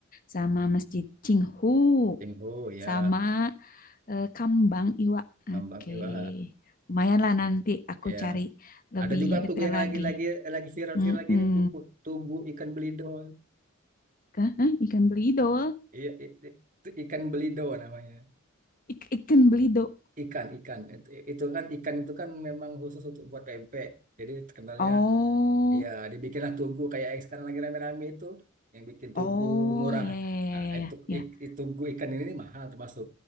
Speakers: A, on the left; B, on the right.
A: sama Masjid Cinghu,
B: Tingho ya,
A: sama eh, Kambang Iwa.
B: Kambang
A: Oke,
B: Iwa
A: Lumayan lah nanti aku
B: ya.
A: cari
B: Ada
A: lebih
B: juga
A: detail
B: tugu yang
A: lagi.
B: lagi lagi lagi viral-viral
A: Mm-mm.
B: lagi ini tugu, tugu ikan belidol.
A: Hah? Hah? Ikan belidol?
B: Iya, i- i- ikan belido namanya.
A: Ik- ikan belidol.
B: Ikan, ikan. itu Itu, kan ikan itu kan memang khusus untuk buat pempek. Jadi terkenalnya
A: Oh,
B: ya dibikinlah tugu kayak yang sekarang lagi rame-rame itu yang bikin
A: oh,
B: tugu murah.
A: ya, ya,
B: Nah,
A: ya, ya,
B: itu
A: ya, ya.
B: ik- itu tugu ikan ini nih mahal termasuk